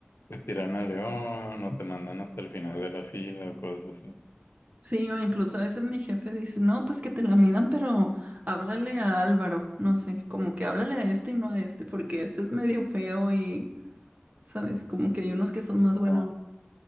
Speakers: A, on the left; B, on the right.
A: te tiran al león o te mandan hasta el final de la fila o cosas así.
B: Sí, o incluso a veces mi jefe dice, no, pues que te la midan, pero háblale a Álvaro, no sé, como que háblale a este y no a este, porque este es medio feo y, ¿sabes? Como que hay unos que son más buenos.
A: No,